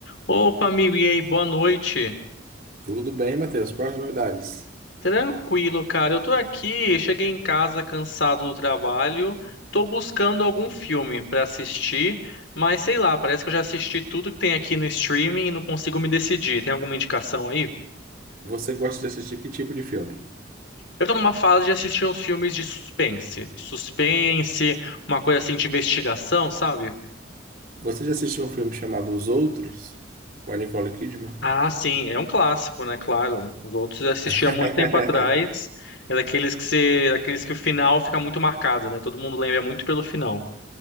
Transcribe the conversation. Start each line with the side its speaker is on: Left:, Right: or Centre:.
Left: Opa, amigo, e aí, boa noite.
Right: Tudo bem, Matheus? Quais as novidades?
Left: Tranquilo, cara. Eu tô aqui, cheguei em casa cansado do trabalho, tô buscando algum filme pra assistir, mas sei lá, parece que eu já assisti tudo que tem aqui no streaming e não consigo me decidir. Tem alguma indicação aí?
Right: Você gosta de assistir que tipo de filme?
Left: Eu tô numa fase de assistir uns filmes de suspense. Suspense, uma coisa assim de investigação, sabe?
Right: Você já assistiu um filme chamado Os Outros? Com a Nicole Kidman?
Left: Ah, sim, é um clássico, né? Claro. Os outros eu assisti
Right: <laughs>
Left: há muito tempo atrás. É daqueles que se, daqueles que o final fica muito marcado, né? Todo mundo lembra muito pelo final.